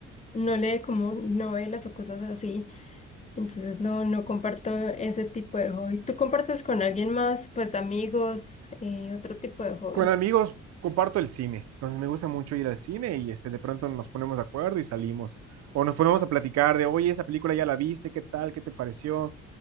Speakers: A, on the left; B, on the right.
A: no lee como novelas o cosas así. Entonces no, no comparto ese tipo de hobby. ¿Tú compartes con alguien más, pues amigos, eh, otro tipo de hobbies?
B: Con amigos comparto el cine, entonces me gusta mucho ir al cine y este, de pronto nos ponemos de acuerdo y salimos. O nos ponemos a platicar de, oye, esa película ya la viste, ¿qué tal? ¿Qué te pareció?